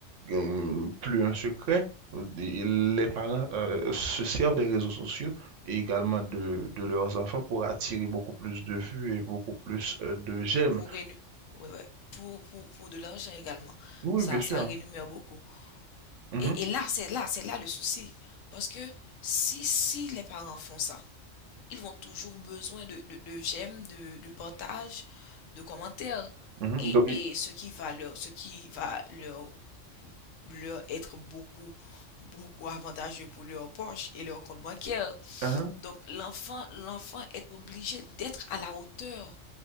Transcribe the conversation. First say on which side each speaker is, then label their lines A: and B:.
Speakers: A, on the right (about 75°); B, on the left (about 85°).
A: hum, plus un secret. Et Les parents euh, se servent des réseaux sociaux et également de, de leurs enfants pour attirer beaucoup plus de vues et beaucoup plus euh, de j'aime.
B: pour, rénu- ouais, ouais, pour, pour, pour de l'argent également.
A: Oui,
B: Ça,
A: bien sûr.
B: ça rémunère
A: hein.
B: beaucoup.
A: Mhm,
B: Et, et là, c'est là, c'est là le souci. Parce que si, si les parents font ça, ils vont toujours besoin de, de, de j'aime, de, de partage, de commentaires.
A: mhm.
B: Et,
A: Donc, et-
B: et ce qui va leur, ce qui va leur, leur être beaucoup, beaucoup avantageux pour leur poche et leur compte bancaire.
A: mhm.
B: Donc l'enfant, l'enfant est obligé d'être à la hauteur